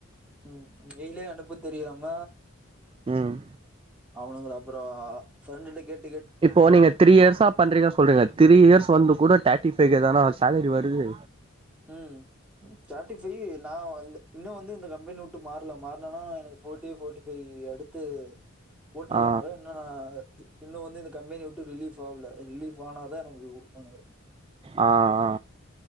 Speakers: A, in the centre; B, on the right.
A: ம் மெயிலே அனுப்ப தெரியாம
B: ம்
A: அவனுங்கள அப்பறோ ஃப்ரண்டுட்ட கேட்
B: இப்போ நீங்க த்ரீ இயர்ஸா பண்றீங்க சொல்றீங்களே த்ரீ இயர்ஸ் வந்து கூட தேட்டி ஃபை கே தானா சேலரி வருது
A: ம் தேட்டி ஃபையி நா வந்து இன்னு வந்து இந்த கம்பெனி உட்டு மாற்ல மாற்னன்னா எனக்கு ஃபோட்டி ஃபோட்டி ஃபையி அடுத்து போட்ருக்காங்க
B: ஆ
A: இன்னு நா அ இன்னு வந்து இந்த கம்பெனிவுட்டு ரிலீஃப் ஆவல ரிலீஃப் ஆனாதா எனக்கு குடுப்பானுக
B: ஆ ஆ